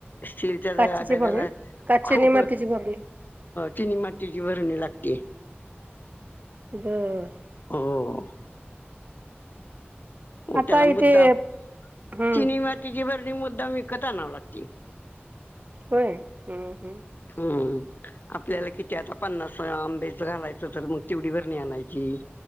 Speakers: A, on the left; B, on the right.
A: स्टीलच्या ड
B: काचेची
A: डब्याला
B: भरणी काचेची
A: खूप
B: आणि मातीची
A: अ
B: भरणी
A: चिनी मातीची बरणी लागते.
B: बर.
A: हो. म
B: आता
A: त्याला मुद्दा
B: इथे हम्म
A: चिनी मातीची ब ती मुद्दाम विकत आणावी लागती.
B: होय हम.
A: हम. आपल्याला किती आता पन्नास अ आंबेच घालायचं तर मग तेवडी बरणी आणायची.